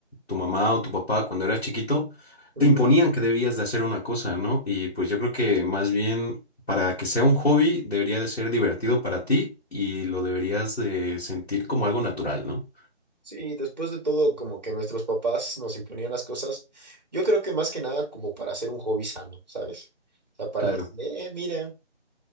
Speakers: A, on the left; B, on the right.
A: tu mamá o tu papá cuando era chiquito,
B: ujú.
A: te imponían que debías de hacer una cosa, ¿no? Y pues yo creo que más bien para que sea un hobby, debería de ser divertido para ti y lo deberías de sentir como algo natural, ¿no?
B: Sí, después de todo, como que nuestros papás nos imponían las cosas, yo creo que más que nada como para hacer un hobby sano, ¿sabes? O sea, para
A: Claro.
B: decir, eh, mira,